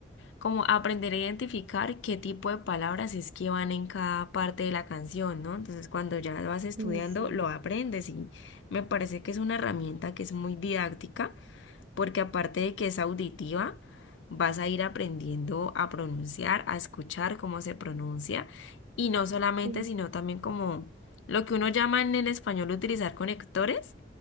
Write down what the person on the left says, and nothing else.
como aprender a identificar qué tipo de palabras es que van en cada parte de la canción, ¿no? Entonces, cuando ya lo vas estudiando,
lo aprendes y me parece que es una herramienta que es muy didáctica porque aparte de que es auditiva, vas a ir aprendiendo a pronunciar, a escuchar cómo se pronuncia, y no solamente,
sino también como lo que uno llama en el español utilizar conectores,